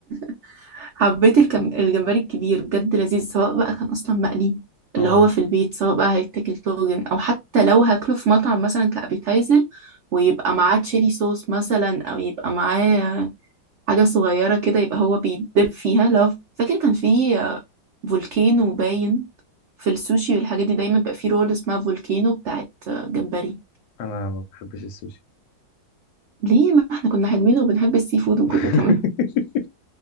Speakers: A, on the right; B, on the left.
A: <laughs> حبيت الكم... الجمبري الكبير بجد لذيذ سواء بقى كان أصلا مقلي
B: اه
A: اللي هو في البيت سواء بقى هيتاكل طاجن أو حتى لو هاكله في مطعم مثلا كأبيتايزر ويبقى معاه تشيلي صوص مثلا أو يبقى معاه حاجة صغيرة كده يبقى هو بيدب فيها لو فاكر كان في آه، فولكينو باين في السوشي والحاجات دي دايما بيبقى في رول اسمها فولكينو بتاعت آه، جمبري
B: انا ما بحبش السوشي
A: ليه ما احنا كنا حلوين وبنحب السي فود وكله
B: <laughs>
A: تمام